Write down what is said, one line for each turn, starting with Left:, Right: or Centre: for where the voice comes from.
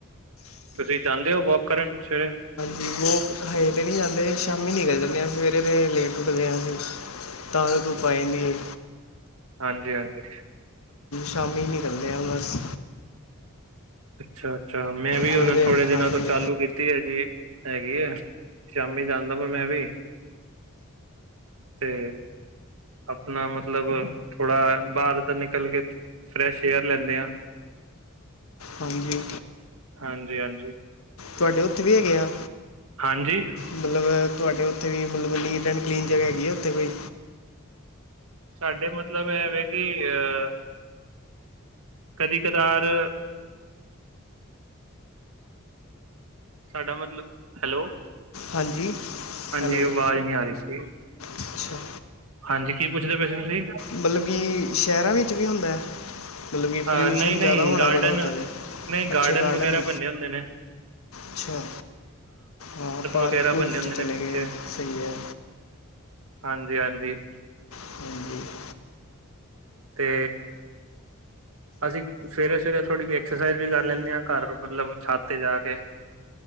Right: ਤੁਸੀਂ ਜਾਂਦੇ ਹੋ ਵੋਕ ਕਰਨ ਸਵੇਰੇ
Left: ਵੀ ਵੋਕ ਹਜੇ ਤਾਂ ਨਹੀਂ ਜਾਂਦੇ ਸ਼ਾਮੀ ਨਿਕਲ ਜਾਂਦੇ ਹਾਂ ਸਵੇਰੇ ਦੇ ਲੇਟ ਉੱਠਦੇਾਂ ਅਸੀਂ। ਤਾਜ਼ ਧੁਪ ਆ ਜਾਂਦੀ ਹੈ।
Right: ਹਾਂਜੀ ਹਾਂਜੀ।
Left: ਸ਼ਾਮੀ ਨਿਕਲਦੇ ਆਾਂ ਹੁਣ ਅਸ
Right: ਅੱਛਾ ਅੱਛਾ ਮੈਂ ਵੀ
Left: ਥੋੜ੍ਹੀ
Right: ਉਹਨਾਂ
Left: ਦੇਰ
Right: ਥੋੜੇ ਦਿਨਾਂ
Left: ਹਾਂਜੀ
Right: ਤੋਂ ਚਾਲੂ ਕੀਤਾ। ਤੀ ਹੈ ਜੀ ਹੈਗੀ ਐ ਸ਼ਾਮੀ ਜਾਂਦਾ ਪਾ ਮੈਂ ਵੀ ਤੇ। ਆਪਣਾ ਮਤਲਬ ਥੋੜਾ ਬਾਹਰ ਦਾ ਨਿਕਲ ਕੇ ਫਰੈਸ਼ ਏਅਰ ਲੈਂਦੇ ਆ।
Left: ਹਾਂਜੀ।
Right: ਹਾਂਜੀ ਹਾਂਜੀ।
Left: ਤੁਹਾਡੇ ਉੱਥੇ ਵੀ ਹੈਗੇ ਆ।
Right: ਹਾਂਜੀ।
Left: ਮਤਲਬ ਤੁਹਾਡੇ ਉੱਥੇ ਵੀ ਮਤਲਬ ਨੀਟ ਐਂਡ ਕਲੀਨ ਜਗ੍ਹਾ ਹੈਗੀ ਆ ਉੱਥੇ ਕੋਈ
Right: ਸਾਡੇ ਮਤਲਬ ਇਹਵੇ ਕਿ ਅਹ ਕਦੀ ਕਦਾਰ। ਸਾਡਾ ਮਤਲਬ ਹੈਲੋ
Left: ਹਾਂਜੀ
Right: ਹਾਂਜੀ
Left: ਹੈਲੋ
Right: ਅਵਾਜ਼ ਨੀ ਆ ਰਹੀ ਸੀ।
Left: ਅੱਛਾ
Right: ਹਾਂਜੀ ਕੀ ਪੁੱਛਦੇ ਪਏ ਸੀ ਤੁਸੀਂ?
Left: ਮਤਲਬ ਕਿ ਸ਼ਹਿਰਾਂ ਵਿੱਚ ਵੀ ਹੁੰਦਾ। ਮਤਲਬ ਕਿ
Right: ਅ
Left: ਪਲਊਸ਼ਨ
Right: ਨਹੀਂ ਨਹੀਂ
Left: ਜ਼ਿਆਦਾ ਹੋਣਾ
Right: ਗਾਰਡਨ
Left: ਬੜਾ ਉੱਥੇ ਦੇ
Right: ਨਹੀਂ
Left: ਅੱਛੇ ਗਾਰਡਨ
Right: ਵਗੈਰਾ
Left: ਨੇ
Right: ਬੰਨੇ ਹੁੰਦੇ ਨੇ
Left: ਅੱਛਾ ਹਾਂ ਪਾਰਕ
Right: ਵਗੈਰਾ
Left: ਪੂਰਕ
Right: ਬੰਨੇ ਹੁੰਦੇ
Left: ਤੇ
Right: ਨੇ
Left: ਚਲੇ
Right: ਪਿੱਛੇ
Left: ਗਏ ਸਹੀ ਹੈ।
Right: ਹਾਂਜੀ ਹਾਂਜੀ।
Left: <unintelligible>
Right: ਤੇ ਅਸੀਂ ਸਵੇਰੇ ਸਵੇਰੇ ਥੋੜ੍ਹੀ ਜ ਐਕਸਰਸਾਈਜ਼ ਵੀ ਕਰ ਲੈਂਦੇ ਹਾਂ ਘਰ ਮਤਲਬ ਛਾਤ ਤੇ ਜਾ ਕੇ